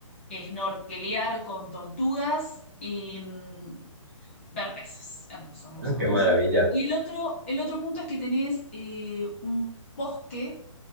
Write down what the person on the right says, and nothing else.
Ah,
qué maravilla.